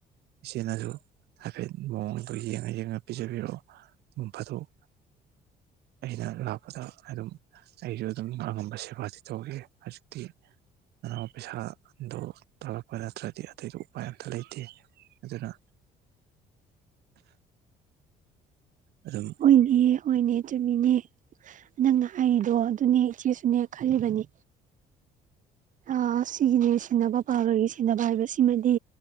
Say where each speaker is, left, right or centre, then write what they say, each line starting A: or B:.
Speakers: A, on the right (about 75°); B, on the right (about 50°).
A: ꯏꯆꯦꯅꯁꯨ ꯍꯥꯏꯐꯦꯠ ꯃꯑꯣꯡꯗꯣ ꯌꯦꯡꯉ ꯌꯦꯡꯉ ꯄꯤꯖꯕꯤꯔꯛꯑꯣ ꯑꯗꯨꯝ ꯐꯗꯣꯛ ꯑꯩꯅ ꯂꯥꯛꯄꯗ ꯑꯗꯨꯝ ꯑꯩꯁꯨ ꯑꯗꯨꯝ ꯑꯉꯝꯕ ꯁꯦꯕꯥꯗꯤ ꯇꯧꯒ ꯍꯧꯖꯤꯛꯇꯤ ꯑꯅꯧꯕ ꯄꯩꯁꯥꯗꯣ ꯇꯧꯂꯛꯄ ꯅꯠꯇ꯭ꯔꯗꯤ ꯑꯇꯩꯗꯤ ꯎꯄꯥꯏ ꯑꯝꯇ ꯂꯩꯇꯦ ꯑꯗꯨꯅ ꯑꯗꯨꯝ
B: ꯍꫭꯏꯅꯦ -ꯍꫭꯏꯅꯦ꯫ ꯆꯨꯝꯃꯤꯅꯦ ꯅꯪꯅ ꯍꯥꯏꯔꯤꯗꯣ ꯑꯗꯨꯅꯦ ꯏꯆꯦꯁꯨꯅꯦ ꯈꯜꯂꯤꯕꯅꯦ꯫ ꯑꯥ ꯁꯤꯒꯤꯅꯦ ꯁꯤꯟꯅꯕ ꯄꯥꯕꯒꯤ ꯁꯤꯟꯅꯕ ꯍꯥꯏꯕꯁꯤꯃꯗꯤ